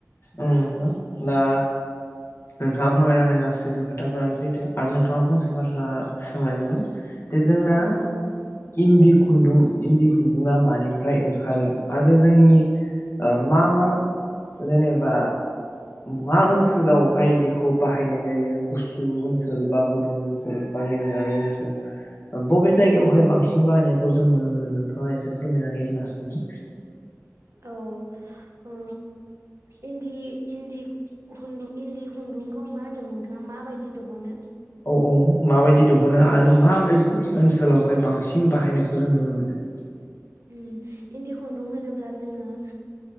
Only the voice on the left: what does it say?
औ नोंथां दा नोंथाङा फोरमायना होनाय गासैबो खोथाफोरानो सैथो आरो नोंथाङा फंसे बाथ्रा सोंलायदोंमोन। बे जोंना
इन्दि खुन्दुं इन्दि खुन्दुङा मानिफ्राय ओंखारो आरो जोंनि ओ मा मा जेनेब बा मा ओनसोलावहाय बेखौ बाहायनाय जायो गुसु ओनसोल बा गुदुं ओनसोल <unintelligible> ओनस बबे जायगायावहाय बांसिन बाहायनायखौ जों नुनो मोनो नोंथाङा एसे फोरमायनानै होनो हागोन ना?
औ औ माबायदि दिहनो आ आरो माबायदि ओनस सोलावहाय बांसिन बाहायनायखौ जों नुनो मोनो?